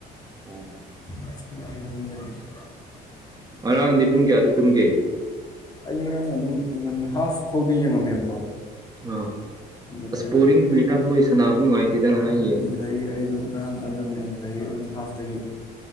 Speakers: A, on the right; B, on the left.
A: ꯑꯣ
B: ꯀꯆꯀ ꯍꯥꯏꯔ ꯃꯤꯖꯕꯤ <inaudible>
A: ꯉꯔꯥꯡꯗꯤ ꯄꯨꯡ ꯀꯌꯥꯗ ꯇꯨꯝꯒꯦ
B: ꯑꯩ ꯉꯔꯥꯡ ꯑꯗꯨꯝ ꯍꯥꯐ ꯐꯥꯎꯗꯤ ꯌꯦꯡꯉꯝꯃꯦꯕꯀꯣ
A: ꯑ
B: ꯑꯗꯨꯗꯩ
A: ꯏꯁꯄꯔꯤ
B: ꯑꯗꯨꯝ
A: ꯇꯋꯇ ꯁꯅꯥ ꯑꯗꯨꯉ ꯇꯤꯗꯅꯔꯥꯡ
B: ꯍꯣꯏ
A: ꯌꯦꯡꯕꯗꯣ
B: ꯑꯗꯨꯗꯒꯤ ꯑꯩꯗꯣ ꯉꯔꯥꯡ ꯑꯗꯨꯅꯤ ꯑꯗꯨꯗꯒꯤ ꯑꯗꯨꯝ ꯍꯥꯐꯇꯒꯤ